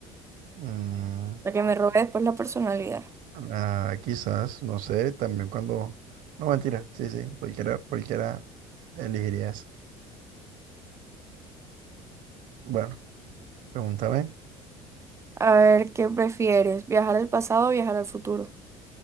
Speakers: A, on the right; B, on the right.
A: Mm,
B: para que me robe después la personalidad.
A: ah, quizás, no sé, también cuando... No, mentira, sí, sí, cualquiera, cualquiera elegiría eso. Bueno, pregúntame.
B: A ver, ¿qué prefieres? ¿Viajar al pasado o viajar al futuro?